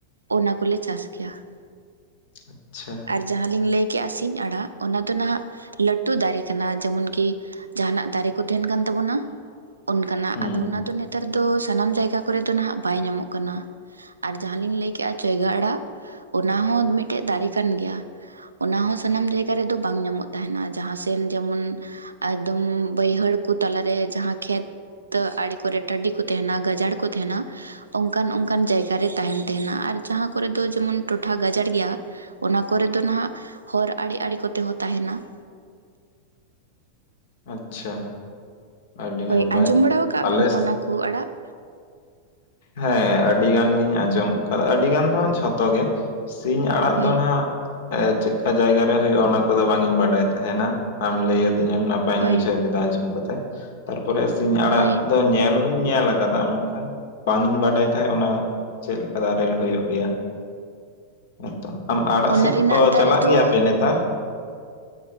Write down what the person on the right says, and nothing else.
ᱚᱱᱟ ᱠᱚᱞᱮ ᱪᱟᱥ ᱜᱮᱭᱟ ᱾
ᱟᱨ ᱡᱟᱦᱟᱸ ᱞᱤᱧ ᱞᱟᱹᱭ ᱠᱮᱜᱼᱟ ᱥᱤᱧ ᱟᱲᱟᱜ ᱚᱱᱟ ᱫᱚ ᱱᱟᱜ ᱞᱟᱹᱴᱩ ᱫᱟᱨᱮ ᱠᱟᱱᱟ ᱡᱮᱢᱚᱱ ᱠᱤᱼᱼ ᱡᱟᱦᱟᱱᱟᱜ ᱫᱟᱨᱮ ᱠᱚ ᱛᱟᱦᱮᱱ ᱠᱟᱱ ᱛᱟᱵᱚᱱᱟ ᱚᱱᱠᱟ ᱱᱟᱜ
ᱟᱫᱚ ᱚᱱᱟ ᱫᱚ ᱱᱤᱛ-ᱼ ᱱᱮᱛᱟᱨ ᱫᱚ ᱥᱟᱱᱟᱢ ᱡᱟᱭᱜᱟ ᱠᱚᱨᱮ ᱫᱚ ᱱᱟᱜ ᱵᱟᱭ ᱧᱟᱢᱚᱜ ᱠᱟᱱᱟ ᱾ ᱟᱨ ᱡᱟᱦᱟᱸ ᱞᱤᱧ ᱞᱟᱹᱭ ᱠᱮᱜᱼᱟ ᱪᱚᱭᱜᱟ ᱟᱲᱟᱜ ᱚᱱᱟ ᱦᱚᱸ ᱢᱤᱫᱴᱮᱜ ᱫᱟᱨᱮ ᱠᱟᱱ ᱜᱮᱭᱟ ᱾ ᱚᱱᱟ ᱦᱚᱸ ᱥᱟᱱᱟᱢ ᱡᱟᱭᱜᱟ ᱨᱮᱫᱚ ᱵᱟᱝ ᱧᱟᱢᱚᱜ ᱛᱟᱦᱮᱱᱟ ᱡᱟᱦᱟᱸ ᱥᱮᱱ ᱡᱮᱢᱚᱱᱼᱼ ᱟᱫᱚᱢ ᱵᱟᱹᱭᱦᱟᱹᱲ ᱠᱚ ᱛᱟᱞᱟᱨᱮ ᱡᱟᱦᱟᱸ ᱠᱷᱮᱛ, ᱛᱚ ᱟᱹᱰᱤ ᱠᱚ ᱨᱮᱴᱟᱹᱴᱤ ᱠᱩ ᱛᱟᱦᱮᱱᱟ ᱜᱟᱡᱟᱲ ᱠᱩ ᱛᱟᱦᱮᱱᱟ, ᱚᱱᱠᱟᱱ - ᱚᱱᱠᱟᱱ ᱡᱟᱭᱜᱟ ᱨᱮ ᱛᱟᱦᱮᱱ ᱛᱮᱦᱮᱱᱟ ᱟᱨ ᱡᱟᱦᱟᱸ ᱠᱚᱨᱮ ᱫᱚ ᱡᱮᱢᱚᱱ ᱴᱚᱴᱷᱟ ᱜᱟᱡᱟᱲ ᱜᱮᱭᱟ ᱾ ᱚᱱᱟ ᱠᱚᱨᱮ ᱫᱚ ᱱᱷᱟᱜ ᱦᱚᱨ ᱟᱲᱮ - ᱟᱲᱮ ᱠᱚᱛᱮ ᱦᱚᱸ ᱛᱟᱦᱮᱱᱟ ᱾
ᱦᱳᱭ ᱟᱸᱡᱚᱢ ᱵᱟᱲᱟ ᱟᱠᱟᱜ
ᱵᱮᱱ ᱚᱱᱟ ᱠᱚ ᱟᱲᱟᱜ
ᱦᱳᱭ
ᱦᱳᱭ
ᱦᱳᱭ
ᱚᱱᱟ
ᱨᱮᱱᱟᱜ
ᱫᱟᱨᱮ
ᱫᱚ